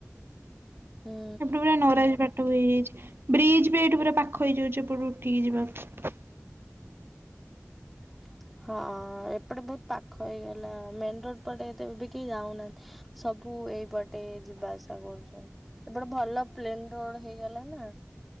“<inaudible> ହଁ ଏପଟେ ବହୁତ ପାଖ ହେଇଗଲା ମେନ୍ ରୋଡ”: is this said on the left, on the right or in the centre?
Centre